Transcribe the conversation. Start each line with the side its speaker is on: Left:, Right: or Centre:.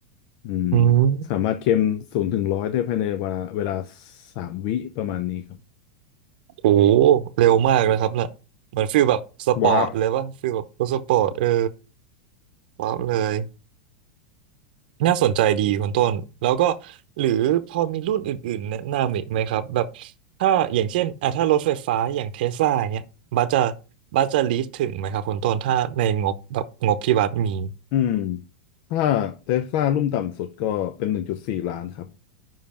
Left: อืม
Right: อืม
Left: สามารถเข็มศูนย์ถึงร้อยได้ภายในเวลาเวลาสามวิประมาณนี้ครับ
Right: โอ้โหเร็วมากนะครับน่ะเหมือนฟีลแบบสปอร์ตเลยป่ะฟีลแบบรถสปอร์ตเออ
Left: วาร์ป
Right: ว้าวเลยน่าสนใจดีคุณต้นแล้วก็หรือพอมีรุ่นอื่นๆแนะนำอีกไหมครับแบบถ้าอย่างเช่นอ่ะถ้ารถไฟฟ้าอย่างเทสลาเนี้ยบัสจะบัสจะลีสถึงไหมครับคุณต้นถ้าในงบแบบงบที่บัสมี
Left: อืมถ้าเทสลารุ่นต่ำสุดก็เป็นหนึ่งจุดสี่ล้านครับ